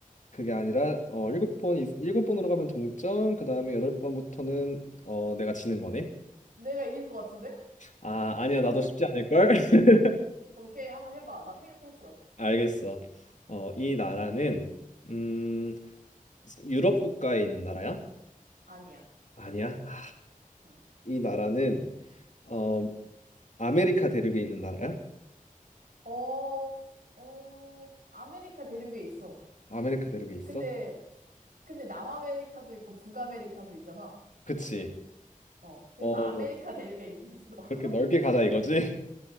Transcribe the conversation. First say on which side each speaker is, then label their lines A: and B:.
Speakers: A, on the left; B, on the right.
A: 그게 아니라 어 일곱 번 일곱 번으로 가면 동점 그 다음에 여덟 번부터는 어 내가 지는 거네
B: 내가 이길 것 같은데?
A: 아, 아니야. 나도 쉽지 않을걸? <laughs>
B: 오케이, 한번 해봐. 나 생각했어.
A: 알겠어. 어, 이 나라는 음, 유럽 국가에 있는 나라야?
B: 아니야.
A: 아니야. 아,
B: 응.
A: 이 나라는 어, 아메리카 대륙에 있는 나라야?
B: 어, 어, 아메리카 대륙에 있어.
A: 아메리카 대륙에 있어?
B: 근데, 근데 남아메리카도 있고 북아메리카도 있잖아.
A: 그치.
B: 어. 그래서
A: 어,
B: 아메리카 대륙에 있긴 있어. <laughs>
A: 그렇게 넓게 가자 이거지?